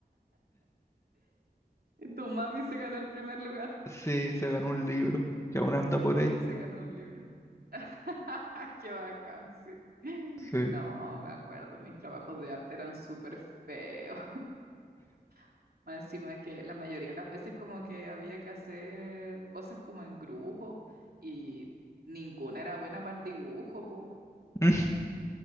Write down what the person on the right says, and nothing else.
Tu mami se ganó el primer lugar. <laughs>
Se ganó un libro. <laughs> Qué bacán, sí.
No, me acuerdo, mis trabajos de arte eran súper feos. <laughs> Más encima que la mayoría de las veces como que había que hacer cosas como en grupo y ninguna era buena para el dibujo, po.